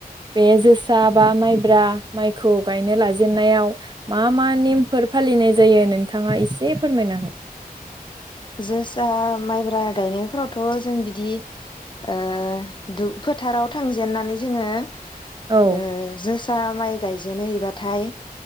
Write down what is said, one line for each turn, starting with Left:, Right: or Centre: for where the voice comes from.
Right: बे जोसा बा माइब्रा माइखौ गायनो लाजेननायाव मा मा नेमफोर फालिनाय जायो नोंथाङा एसे फोरमायना हो?
Left: जोसा माइब्रा गायनायफोरावथ' जों बिदि ओ दु फोथाराव थांजेननानै जोङो ओ
Right: औ
Left: जोसा माइ गायजे बिदिनो हैबाथाय